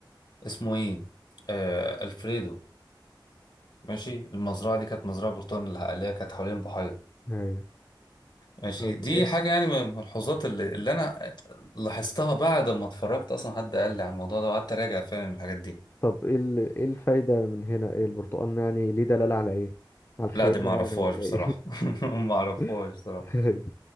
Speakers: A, on the left; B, on the left.
A: اسمه ايه آه الفريدو ماشي المزرعه دي كانت مزرعه برتقال اللي هي كانت حوالين البحيره
B: ايوه
A: ماشي
B: طب
A: دي
B: ايه س-
A: حاجه يعني من الملحوظات اللي, اللي انا لاحظتها بعد ما اتفرجت اصلا حد قال لي على الموضوع ده وقعدت اراجع فعلا الحاجات دي
B: طب ايه ال- ايه الفايدة من هنا ايه البرتقان يعني ليه دلالة على ايه على الخيانة
A: لا دي ما
B: يعني
A: اعرفهاش
B: ولا
A: بصراحة
B: ايه
A: <laughs> ما اعرفهاش
B: <laughs>
A: بصراحة
B: ايوه